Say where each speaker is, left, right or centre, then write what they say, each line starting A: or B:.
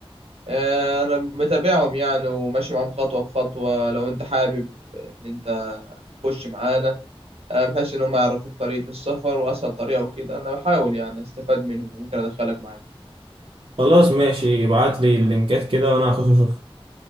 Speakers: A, on the right; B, on the right.
A: آه، انا متابعهم يعني وماشي معاهم خطوه بخطوه لو انت حابب ان انت تخش معانا آه، بحيث ان هم يعرفوك طريقه السفر واسهل طريقه وكده انا بحاول يعني استفاد منهم ممكن ادخلك معايا
B: خلاص ماشي ابعت لي اللينكات كده وانا هخش اشوف